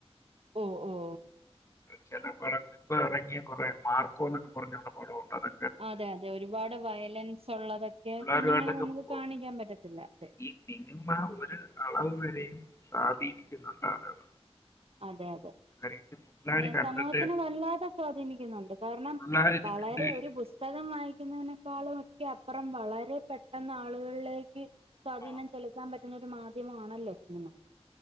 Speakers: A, on the right (about 60°); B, on the left (about 25°).
A: ഓഹ് ഓഹ്
B: ചില പടം ഇപ്പോ ഇറങ്ങിയ കുറെ മാർക്കോന്ന് പറഞ്ഞുള്ള പടമുണ്ട് അത്
A: അതെ അതെ ഒരുപാട് വയലൻസ് ഉള്ളതൊക്കെ
B: പിള്ളേരുമായിട്ടൊക്കെ
A: കുഞ്ഞുങ്ങളെ നമുക്ക്
B: പോ-
A: കാണിക്കാൻ
B: കുഞ്ഞ്
A: പറ്റത്തില്ല അതെ
B: ഈ സിനിമ ഒരു അളവ് വരെയും സ്വാധീനിക്കുന്നുണ്ട് ആളുകളെ
A: അതെ അതെ
B: കാര്യം ഇത് പിള്ളേർ
A: പിന്നെ
B: കണ്ടിട്ട്
A: സമൂഹത്തിന് വല്ലാതെ സ്വാധീനിക്കുന്നുണ്ട് കാരണം
B: പിള്ളേരിത്
A: വളരെ
B: കണ്ട് കഴിഞ്ഞിട്ട്
A: ഒരു ബുസ് പുസ്തകം വായിക്കുന്നതിനെക്കാളും ഒക്കെ അപ്പുറം വളരെ പെട്ടെന്ന് ആളുകളിലേക്ക് സ്വാധീനം
B: ആ ആ
A: ചെലുത്താൻ പറ്റുന്ന ഒരു മാധ്യമം ആണല്ലോ സിനിമ